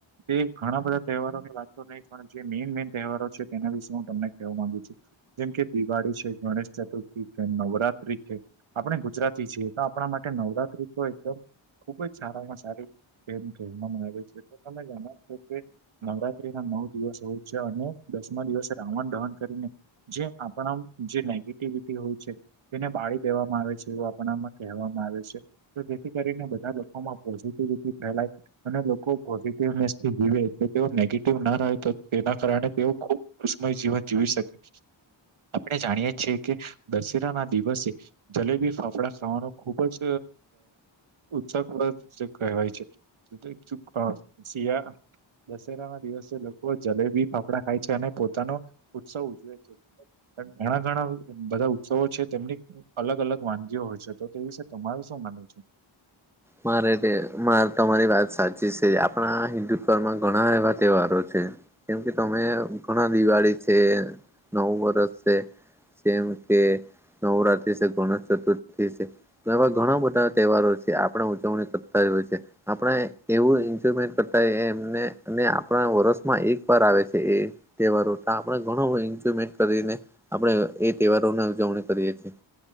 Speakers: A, on the right; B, in the centre.
A: તે ઘણા બધા તહેવારોની વાત તો નહી પણ જે મેઈન મેન તહેવારો છે તેના વિશે હું તમને કહેવા માંગુ છું. જેમ કે દિવાળી છે ગણેશ ચતુર્થી નવરાત્રી છે. આપણે ગુજરાતી છીએ તો આપણા માટે નવરાત્રી તો એકદમ ખુબ જ સારામાં સારી ગેમ કહેવામાં આવે છે તો તમે જાણો છો કે નવરાત્રી ના નવ દિવસ હોય છે અને દસમા દિવસે રાવણ દહન કરીને જે આપણા જે નેગેટિવિટી હોય છે. તેને બાળી દેવામાં આવે છે એવું આપણામાં કહેવામાં આવે છે. તો જેથી કરીને બધા લોકોમાં પોઝિટિવિટી ફેલાય અને લો કો પોઝિટિવ <unintelligible> જીવે એટલે તેઓ નેગેટિવ ના રહે તો તેના કારણે તેઓ ખૂબ ઉષ્મય જીવન જીવી શકે આપણે જાણીએ છીએ કે દશેરા ના દિવસે જલેબી ફાફડા ખાવાનો ખુબ જ ઉત્સકો કહેવાય છે <unintelligible> શિયાળા દશેરા ના દિવસે લોકો જલેબી ફાફડા ખાય છે અને પોતાનો ઉત્સવ ઉજવે છે. ઘણા ઘણા બધા ઉત્સવો છે તેમની અલગ અલગ વાનગીઓ હોય છે તો તે વિશે તમારું શું માનવુ છે.
B: મારેતે માર તમારી વાત સાચી છે, આપણા હિન્દુત્વમાં ઘણા એવા તહેવારો છે. કેમ કે તમે ઘણા દિવાળી છે નવું વર્ષ છે જેમ કે નવરાત્રી શે, ગણેશ ચતુર્થી શે, તો એવા ઘણા બધા તહેવારો છે. આપ પણ ઉજવણી કરતા હોય છે. આપણે એવું એન્જોયમેન્ટ કરતા એમને અને આપણા વર્ષમાં એક વાર આવે છે એ તહેવારો આપણેે ઘણો એન્જોયમેન્ટ કરીને આપડણે એ તહેવારોની ઉજવણી કરીએ છીએ.